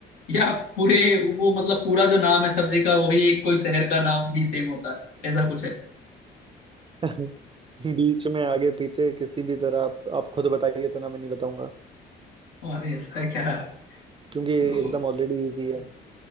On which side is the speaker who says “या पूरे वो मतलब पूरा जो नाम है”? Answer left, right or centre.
Left